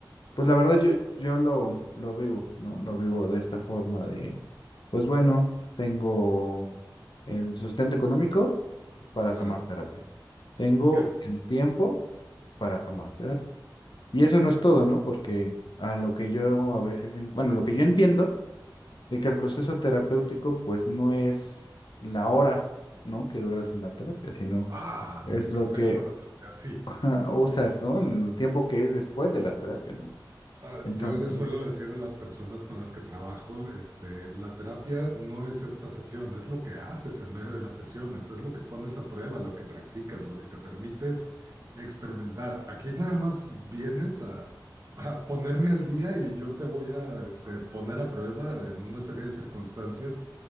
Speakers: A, on the left; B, on the right.
A: pues la verdad yo, yo lo, lo vivo, ¿no? Lo vivo de esta forma de, pues bueno, tengo el sustento económico para
B: Claro.
A: tomar terapia. Tengo
B: Que,
A: el tiempo para tomar terapia. Y eso no es todo, ¿no? Porque a lo que yo a veces, en- bueno, lo que yo entiendo de que el proceso terapéutico pues no es la hora, ¿no? Que duras en la terapia, sino
B: ah,
A: es
B: me encanta
A: lo que
B: cómo lo planteas. Sí,
A: <laughs> usas, ¿no? El tiempo que es después de la terapia, ¿no?
B: Ah,
A: Entonces,
B: yo les suelo decir a las personas con las que trabajo, este, la terapia no es esta sesión, es lo que haces en medio de las sesiones, es lo que pones a prueba, lo que practicas, lo que te permites experimentar. Aquí nada más vienes a, a ponerme al día y yo te voy a, este, poner a prueba en una serie de circunstancias